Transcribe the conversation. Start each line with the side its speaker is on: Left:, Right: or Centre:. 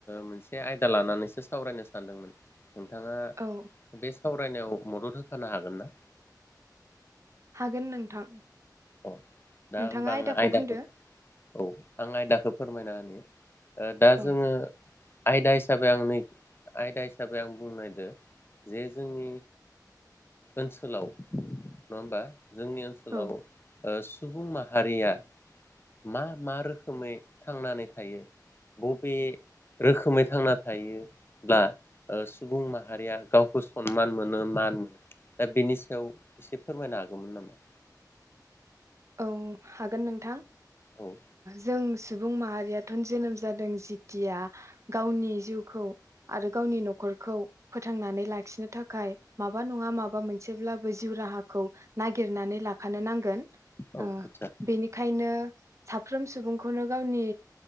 Left: मोनसे आयदा लानानैसो सावरायनो सानदोंमोन नोंथाङा
Right: औ
Left: बेस सावरायनायाव मदद होफानो हागोन ना
Right: हागोन नोंथां
Left: अ दा
Right: नोंथाङा
Left: होबा आङो आयदाखौ
Right: बुंदो
Left: औ आं आयदाखौ फोरमायना होन दा
Right: औ
Left: जोङो आयदा हिसाबै आं नै आयदा हिसाबै आं बुंनायदो जे जोंनि ओनसोलाव नङा होमबा जोंनि ओनसोलाव
Right: औ
Left: सुबुं माहारिया मा मा रोखोमै थांनानै थायो बबे रोखोमै थांना थायोब्ला सुबुं माहारिया गावखौ सनमान मोनो मान मोनो दा बेनि सायाव एसे फोरमायनो हागौमोन नामा
Right: औ हागोन नोंथां
Left: औ
Right: जों सुबुं माहारियाथ' जोनोम जादों जिथिया गावनि जिउखौ आरो गावनि न'खरखौ फोथांनानै लाखिनो थाखाय माबा नङा माबा मोनसेब्लाबो जिउ राहाखौ नागिरनानै लाखानो नांगोन बेनिखायनो
Left: औ आदसा
Right: साफ्रोम साफ्रोम सुबुंखौनो गावनि